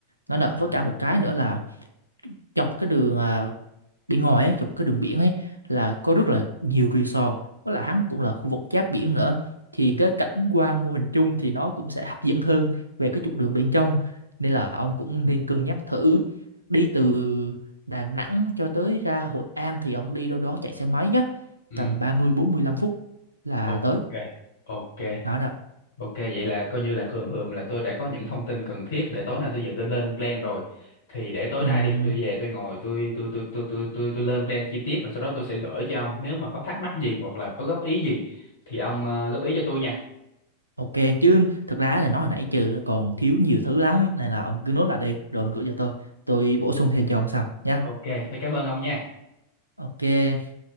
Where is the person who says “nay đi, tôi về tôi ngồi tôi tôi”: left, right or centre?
Left